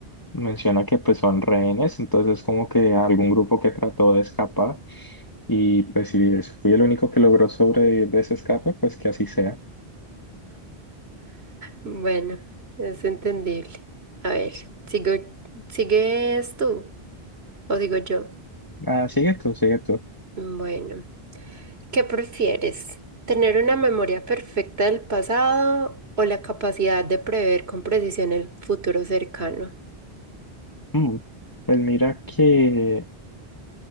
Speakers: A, on the left; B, on the right.
A: menciona que pues son rehenes, entonces como que algún grupo que trató de escapar y pues si fui el único que logró sobrevivir de ese escape, pues que así sea.
B: Bueno, es entendible. A ver, sigo, ¿sigues tú o digo yo?
A: Ah, sigue tú, sigue tú.
B: Bueno, ¿qué prefieres? ¿Tener una memoria perfecta del pasado o la capacidad de prever con precisión el futuro cercano?
A: Mm, Pues mira que